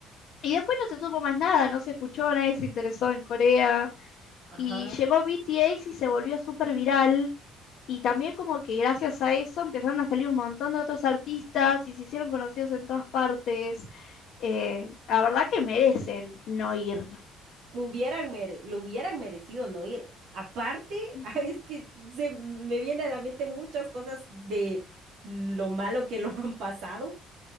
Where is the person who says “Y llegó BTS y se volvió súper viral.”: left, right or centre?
Left